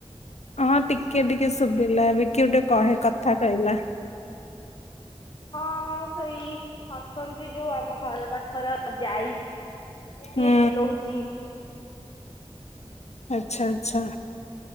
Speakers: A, on the left (about 90°); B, on the left (about 45°).
A: ହଁ ଟିକେ ଟିକେ ଶୁଭିଲା ଏବେ କିଏ ଗୋଟେ କହେ କଥା କହିଲା।
B: ହଁ ସେଇ ଅଛନ୍ତି ଯୋଉ ଆମ ଘର ପାଖର ଯାଇ
A: ହୁଁ
B: ସିଏ ଚିଲଉଚି।
A: ଆଚ୍ଛା, ଆଚ୍ଛା,